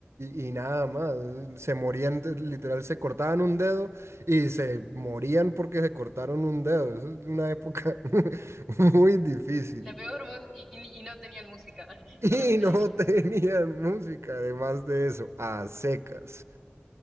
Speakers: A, on the right; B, in the centre.
A: y- y nada más. Se morían, de- literal, se cortaban un dedo y se morían porque se cortaron un dedo. Eso es una época <laughs> muy difícil.
B: la peor, mu- y, y no tenían música, <laughs>
A: Y
B: solamente
A: no
B: la iglesia.
A: <laughs> tenían música, además de eso, a secas.